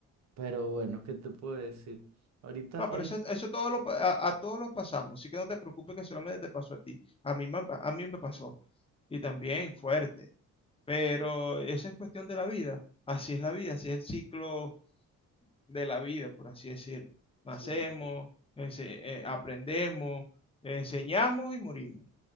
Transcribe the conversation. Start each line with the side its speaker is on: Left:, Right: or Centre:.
Right: pero bueno, ¿qué te puedo decir? Ahorita,
Left: No,
Right: ahorita,
Left: pero eso, eso todo lo, pa- a, a todos los pasamos, así que no te preocupes que solamente te pasó a ti. A mí, me pa- a mí me pasó y también fuerte, pero esa es cuestión de la vida. Así es la vida, así es el ciclo de la vida, por así decirlo. Nacemos,
Right: sí, sí,
Left: ense- eh, aprendemos, enseñamos y morimos.